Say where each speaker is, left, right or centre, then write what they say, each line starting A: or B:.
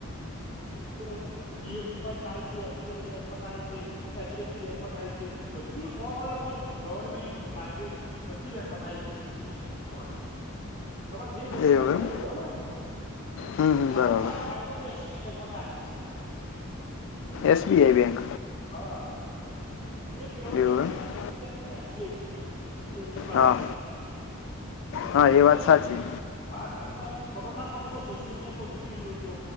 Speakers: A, on the left (about 40°); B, on the left (about 60°).
A: જો <unintelligible> બી ઓ બીમા થાય છે. બેંકમાં થાય છે અચ. ડિ. એફ. સી બેકમાં થાય છે બધી ઓલ ઓવ ગવર્મેન્ટ પ્રાઈવેટ બધી બેકમાં થાય છે ઇન્સ્યોરન્સ તમારે જે બેંકમાં
B: એવું
A: લેવું
B: એમ
A: હોય બરોબર
B: હમ હમ
A: સારામાં
B: બરાબર
A: સારો ફાયદો તો એસ. પી લેકમાં થાય
B: એસબીઆઈ બેંક
A: હા સ્ટેટ લેવલ ની
B: એવું
A: ત્યા
B: એમ
A: <unintelligible> છે ને એસ. બી. આઈ એટલા
B: હા
A: માટે સાહેબ
B: હા
A: સમ
B: એ વાત સાચી
A: હા સમ <unintelligible> ખબર ના પડતો કોઈ સોશિયલ મીડિયા માં કોઈ વિડીયો જોજો